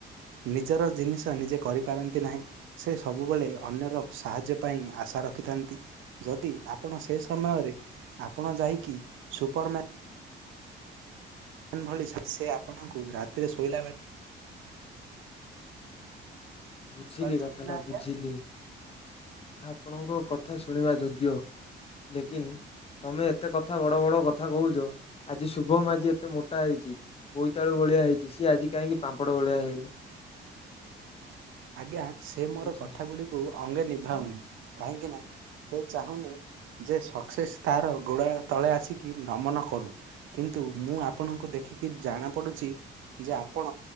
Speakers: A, on the right; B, on the left.
A: ନିଜର ଜିନିଷ ନିଜେ କରିପାରନ୍ତି ନାହିଁ ସେ ସବୁବେଳେ ଅନ୍ୟର ସାହାଯ୍ୟ ପାଇଁ ଆଶା ରଖିଥାନ୍ତି ଯଦି ଆପଣ ସେ ସମୟ ରେ ଆପଣ ଯାଇକି ସୁ ପରମାନ ଏନ୍ ଭଳି ଶସ୍ୟ ଆପଣଙ୍କୁ ରାତିରେ ଶୋଇଲା ବେଳେ
B: ବୁଝିଲି
A: ପାରୁଛନ୍ତି
B: କଥା ଟା
A: ନା ଆଜ୍ଞା।
B: ବୁଝିଲି। ଆପଣଙ୍କ କଥା ଶୁଣିବା ଯୋଗ୍ୟ ଲେକିନ ତମେ ଏତେ କଥା ବଡ଼ ବଡ଼ କଥା କହୁଛ ଆଜି ଶୁଭମ ଆଜି ଏତେ ମୋଟା ହେଇଛି। ବୋଇତାଳୁ ଭଳିଆ ହେଇଛି ସିଏ ଆଜି କାହିଁକି ପାମ୍ପଡ଼ ଭଳିଆ ହେଇନି।
A: ଆଜ୍ଞା ସେ ମୋର
B: ବୁଝି
A: କଥା ଗୁଡ଼ିକୁ ଅଙ୍ଗେ ନିଭାଉନି କାହିଁକି ନା ସେ ଚାହୁଁନି ଯେ ସକ୍ସେସ୍ ତାର ଗୋଡା ତଳେ ଆସିକି ନମନ କରୁ। କିନ୍ତୁ ମୁଁ ଆପଣଙ୍କୁ ଦେଖିକି ଜଣାପଡ଼ୁଛି ଯେ ଆପଣ